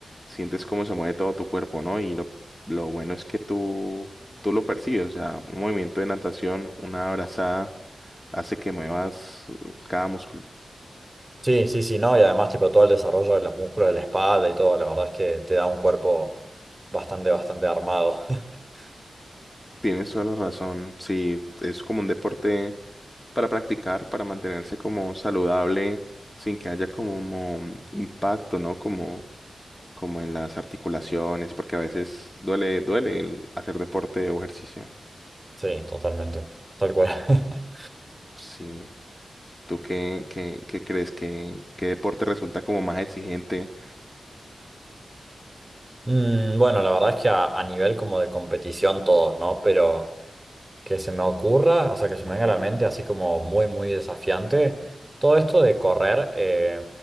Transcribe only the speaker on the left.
sientes cómo se mueve todo tu cuerpo, ¿no? Y lo, lo bueno es que tú, tú lo percibes, o sea, un movimiento de natación, una abrazada, hace que muevas uh, cada músculo.
Tienes toda la razón, sí, es como un deporte para practicar, para mantenerse como saludable, sin que haya como un impacto, ¿no? Como como en las articulaciones, porque a veces duele, duele el hacer deporte o ejercicio.
Sí. ¿Tú qué, qué, qué crees? ¿Qué, qué deporte resulta como más exigente?